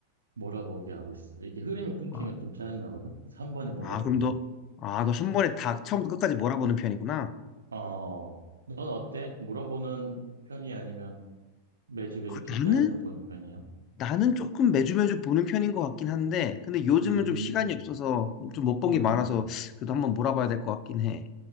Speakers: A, on the right; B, on the left.
A: 몰아보기 하고 있어. 이게 흐름이 끊기면
B: 아,
A: 좀 짜증나거든? 그래서 한 번에 몰아보기.
B: 아, 그럼 너, 아, 너 손번에 다 처음부터 끝까지 몰아보는 편이구나.
A: 어, 넌 어때? 물어보는 편이 아니면 매주 매주
B: 아,
A: 기다렸다
B: 나는?
A: 보는 편이야?
B: 나는 조금 매주 매주 보는 편인 것 같긴 한데, 근데 요즘은
A: 음,
B: 좀 시간이 없어서 좀 못 본
A: 음,
B: 게 많아서 그래도 한번 몰아봐야 될 것 같긴 해.